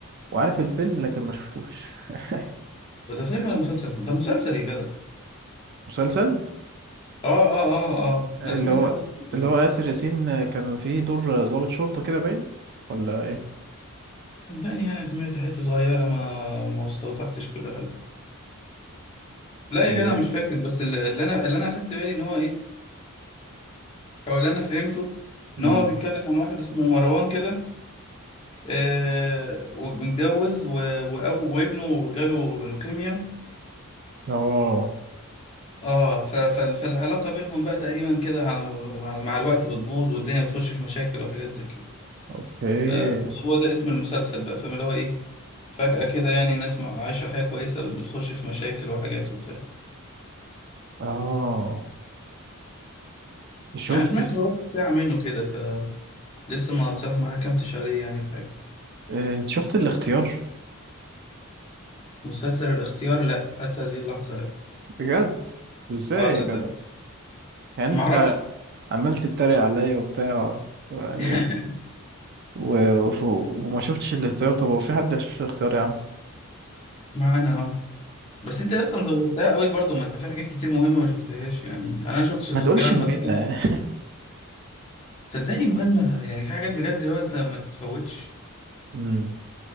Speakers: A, on the right; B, on the left.
A: وعارف الفيلم لكن ما شفتوش <laughs>
B: ده, ده فيلم ولا مسلسل ده مسلسل يا جدع
A: مسلسل
B: اه اه اه اه انا
A: اللي
B: سمعت
A: هو
B: حلقه دلوقتي
A: اللي هو آسر ياسين كان فيه دور ضابط شرطة كده باين ولا ايه
B: صدقني انا سمعت حته صغيره ما ما استوضحتش كل حاجه لا يا
A: ايه
B: جدع مش فاكر بس اللي اللي انا اللي انا اخدت بالي ان هو ايه او اللي انا فهمته ان
A: امم
B: هو بيتكلم عن واحد اسمه مروان كده آه، ومتجوز و- وأب- وابنه جاله لوكيميا
A: اه
B: اه ف- فال- فالعلاقة بينهم بقى تقريبا كده على مع مع الوقت بتبوظ والدنيا بتخش في مشاكل وحاجات زي كده
A: اوكي
B: آه، هو ده اسم المسلسل بقى فاهم اللي هو ايه فجأة كده يعني ناس مع- عايشة حياة كويسة بتخش في مشاكل وحاجات وبتاع
A: اه شفت
B: يعني سمعت ربع ساعة منه كده فلسه ما بصراحة ما حكمتش عليه يعني في حاجة
A: إيه، شفت الاختيار
B: مسلسل الاختيار لا حتى هذه اللحظة لا
A: بجد ازاي
B: اه صدق
A: يا جدع يعني
B: معرفش
A: انت عمال تتريق عليا وبتاع يعني
B: <laughs>
A: و... و... وما شفتش الاختيار طب هو في حد ما شافش الاختيار يا عم
B: معانا اه بس انت يا اسطى مزودتها قوي برضو ما انت في حاجات كتير مهمه ما شفتهاش يعني يعني انا ما شفتش الاختيار
A: ما تقولش مهمة
B: مثلا صدقني مهمه يعني في حاجات بجد اللي هو انت ما تتفوتش
A: <laughs>